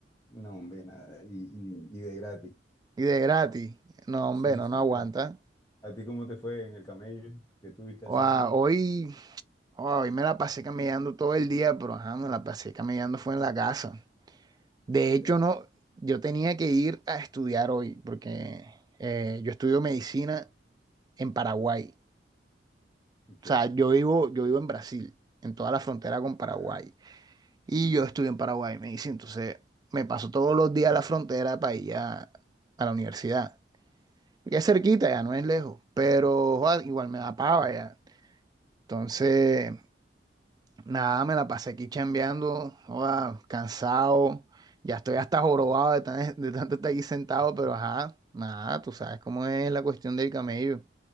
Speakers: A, on the left; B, on the right.
A: no, hombre, nada, y, y, y de gratis.
B: Y de gratis.
A: Entonces,
B: No, hombre,
A: sí,
B: no,
A: sí,
B: no aguanta.
A: ¿a, ti a ti cómo te fue en el camello? ¿Qué estuviste
B: Oa,
A: haciendo?
B: hoy, hoy me la pasé caminando todo el día, pero ajá, me la pasé caminando fue en la casa. De hecho,
A: Ya,
B: no, yo tenía que ir a estudiar hoy, porque eh, yo estudio medicina en Paraguay.
A: ok,
B: O sea, yo vivo, yo vivo en Brasil, en toda la frontera con Paraguay.
A: ajá,
B: Y yo estudio en Paraguay, me dice. Entonces, me paso todos los días a la frontera para ir a, a la universidad. Ya es cerquita, ya no es lejos, pero joda, igual me da pava ya. Entonces,
A: ya.
B: nada, me la pasé aquí chambeando, joda, cansado. Ya estoy hasta jorobado de, tan- de tanto estar aquí sentado,
A: Ajá.
B: pero ajá, nada, tú sabes cómo es la cuestión del camello.